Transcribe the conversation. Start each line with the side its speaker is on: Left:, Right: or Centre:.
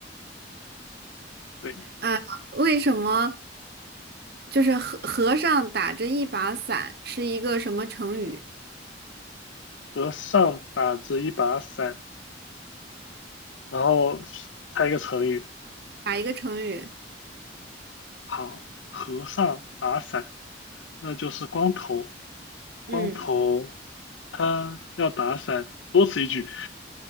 Left: <laughs> 对。
Right: 啊，为什么就是和和尚打着一把伞是一个什么成语？
Left: 和尚打着一把伞，然后猜一个成语。
Right: 打一个成语。
Left: 好，和尚打伞，那就是光头。光头
Right: 嗯
Left: 他要打伞，多此一举。